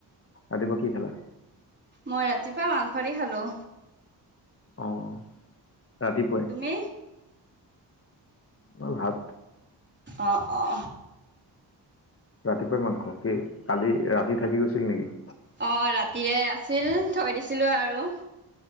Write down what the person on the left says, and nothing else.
ৰাতিপুৱা কি খালা?
অ', ৰাতিপুৱাই?
মই ভাত।
ৰাতিপুৱাই মাংস কি কালি ৰাতি থাকি গৈছিল নেকি?